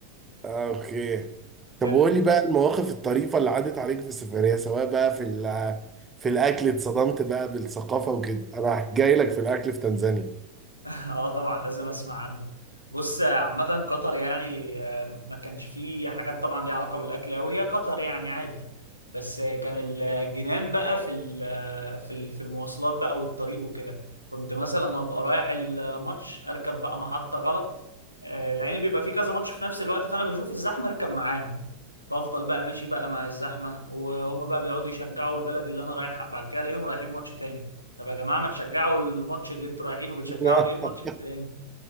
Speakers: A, on the right (about 15°); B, on the left (about 85°).
A: آه، اوكي طب
B: كان
A: وقول لي بقى المواقف الطريفة اللي عدت عليك في السفرية سواء بقى في ال- في الاكل اتصدمت بقى بالثقافة وكده انا جاي لك في الاكل في تنزانيا
B: اه طبعا لازم اسمع عنه بص آه، عامة قطر يعني آه، ما كانش فيه حاجات طبعا ليها علاقة بالأكل أوي هي قطر يعني عادي بس آه، كان الجنان بقى في ال- آه، في ال- في المواصلات بقى والطريق وكده كنت مثلا أبقى رايح الماتش أركب بقى محطة غلط آه، لأن بيبقى فيه كذا ماتش في نفس الوقت فأنا بشوف الزحمة أركب معاهم فأفضل بقى ماشي بقى مع الزحمة وهم بقى بيقعدوا يشجعوا البلد اللي أنا رايحها بعد كده ألاقيهم رايحين ماتش تاني طب يا جماعه ما تشجعوا الماتش اللي انتوا رايحينه بتشجعوا
A: <laughs>
B: ليه الماتش التاني